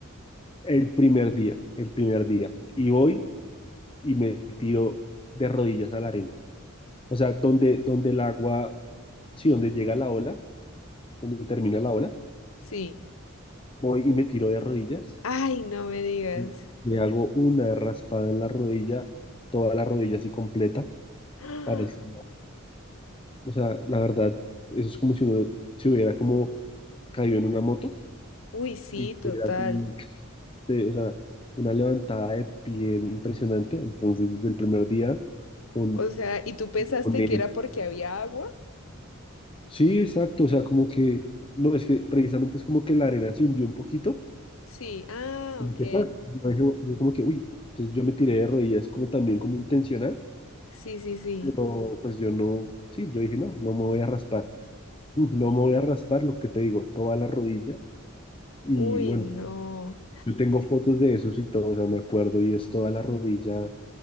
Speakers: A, on the left (about 25°); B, on the left (about 80°).
A: El primer día, el primer día. Y voy y me tiro de rodillas a la arena. O sea, donde, donde el agua, sí, donde llega la ola, donde termina la ola,
B: sí.
A: voy y me tiro de rodillas,
B: Ay, no me digas.
A: me me hago una raspada en la rodilla, toda la rodilla así completa,
B: <gasps>
A: parecía, o sea, la verdad, eso es como si uno se hubiera como caído en una moto
B: Uy, sí,
A: y tuviera
B: total.
A: así, de- o sea, una levantada de piel impresionante, entonces desde el primer día con,
B: O sea, ¿y tú pensaste
A: con él.
B: que era porque había agua?
A: Sí, exacto, o sea, como que, no, es que precisamente es como que la arena se hundió un poquito
B: Sí, ah,
A: como
B: ok.
A: que pa, yo, dije, yo como que, uy, entonces yo me tiré de rodillas como también como intencional,
B: Sí, sí, sí.
A: pero pues yo no, sí, yo dije, no, no me voy a raspar, Uf, no me voy a raspar, lo que te digo, toda la rodilla, y
B: Uy,
A: bueno,
B: no.
A: yo tengo fotos de esos y todo, o sea, me acuerdo, y es toda la rodilla